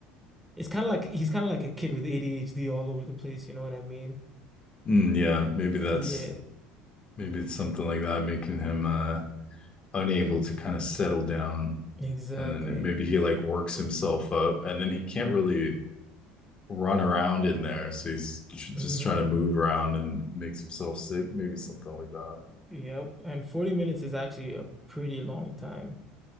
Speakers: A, in the centre; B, on the left.
A: it's kind of like he's kind of like a kid with ADHD all over the place, you know what I mean?
B: Mm, yeah, maybe
A: Yeah,
B: that's maybe it's something like that making him uh unable to kind of settle down.
A: exactly.
B: And then it, maybe he like works himself up and then he can't really run around in there. So he's tr just
A: hmm
B: trying to move around and makes himself sick, maybe something like that.
A: Yep. And 40 minutes is actually a pretty long time.